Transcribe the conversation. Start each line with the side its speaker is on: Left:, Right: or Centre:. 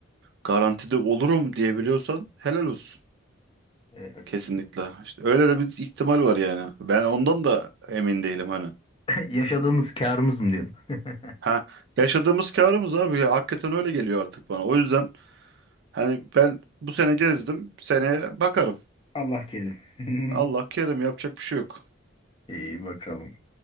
Right: Garantide olurum diyebiliyorsan helal olsun.
Left: Evet.
Right: Kesinlikle. İşte öyle de bir ihtimal var yani. Ben ondan da emin değilim hani.
Left: <laughs> Yaşadığımız kârımız mı diyorsun? <laughs>
Right: Ha, yaşadığımız karımız abi ya, hakikaten öyle geliyor artık bana. O yüzden hani ben bu sene gezdim. Seneye bakarım.
Left: Allah kerim. <laughs>
Right: Allah kerim yapacak bir şey yok.
Left: İyi bakalım.